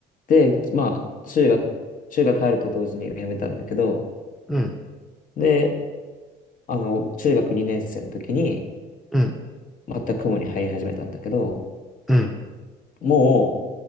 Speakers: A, on the left; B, in the centre.
A: で、まあ、中学、中学入ると同時に辞めたんだけど、
B: うん、
A: で、あの、中学2年生の時に、
B: うん、
A: また公文に入り始めたんだけど、
B: うん、
A: も